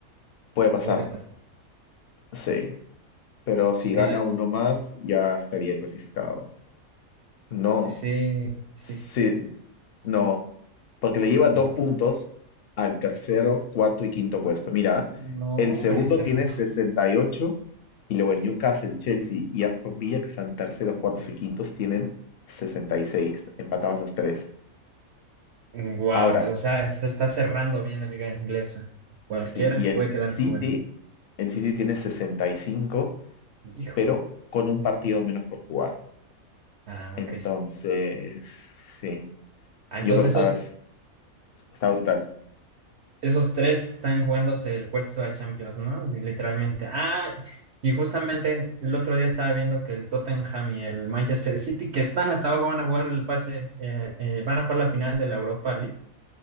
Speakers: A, on the left; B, on the right.
A: puede pasar,
B: puede pasar.
A: sí. Pero
B: Sea,
A: si gana uno más, ya estaría clasificado. No,
B: sí, sí,
A: sí,
B: s-
A: no, porque le lleva dos
B: no,
A: puntos al tercero, cuarto y quinto puesto. Mira,
B: no,
A: el
B: hombre,
A: segundo
B: cerró.
A: tiene 68 y ocho y luego el Newcastle, Chelsea y Aston Villa, que están terceros, cuartos y quintos, tienen 66, empatados los tres.
B: Wow,
A: Ahora,
B: o sea, se está cerrando bien la liga inglesa. Cualquiera
A: sí, y el
B: puede
A: City,
B: quedar fuera.
A: el City tiene 65
B: Híjole.
A: pero con un partido menos por jugar.
B: Ah,
A: Entonces,
B: ok.
A: sí,
B: Ah,
A: yo
B: entonces
A: creo, a
B: esos
A: ver, está brutal.
B: esos tres están jugándose el puesto a Champions, ¿no? Literalmente. Ah, y justamente el otro día estaba viendo que el Tottenham y el Manchester City, que están hasta abajo, van a jugar el pase, eh, eh, van a jugar la final de la Europa League